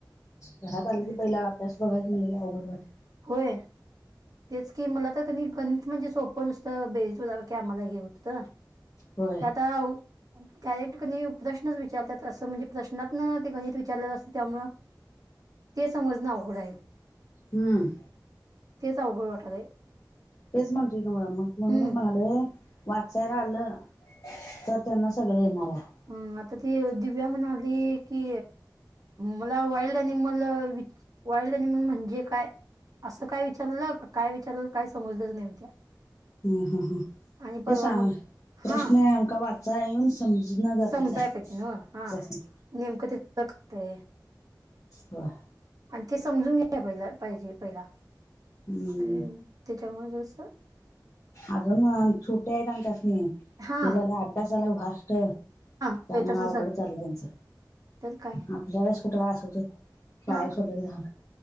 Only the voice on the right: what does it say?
नाहीच
होय. तेच की मला तर कनी गणित म्हणजे सोपं नुसतं बेरीज बला की आम्हाला हे होतं.
त्यादाव डायरेक्ट कणी प्रश्नच विचारतात असं म्हणजे प्रश्नातन ते गणित विचारलेलं असत त्यामुळं. ते समजणं अवघडं आहे.
तेच अवघड वाटले आहे.
हम्म
हम, आता ती दिव्या म्हणाली की मला wild animal which wild animal म्हणजे काय? असं काय विचारलं काय विचारलं काय समजलंच नाही म्हणत्या.
आणि
परवा
मग
हा
समजाय
पाहिजे ना हा
नेमकं तथ करतय.
आणि ते समजून घ्या पहि पाहिजे पहिला
आणि त्याच्यामुळेच अस
हा
हा
तसं
झालं
तर काय
हा